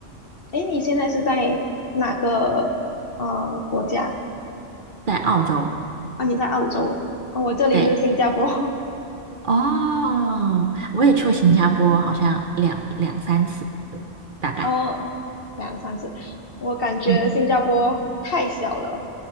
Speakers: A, on the left; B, on the right.
A: 诶，你现在是在哪个呃国家？
B: 在澳洲，
A: 啊，你在澳洲，哦我这里是新加坡。
B: 对，哦，我也去过新加坡，好像两两三次大概。
A: 哦，两三次，我感觉新加坡太小了，
B: 嗯，